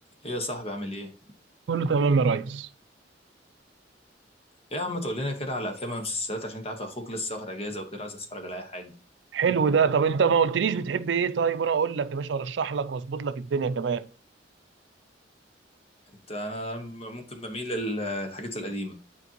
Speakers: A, on the left; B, on the right.
A: ايه يا صاحبي عامل ايه؟
B: كله تمام يا ريس
A: ايه يا عم تقول لنا كده على افلام ومسلسلات عشان انت عارف اخوك لسه واخد اجازه وكده عايز اتفرج على اي حاجه
B: حلو ده طب انت ما قلتليش بتحب ايه طيب وانا اقول لك يا باشا ارشح لك واظبط لك الدنيا كمان
A: انت انا ممكن بميل للحاجات القديمه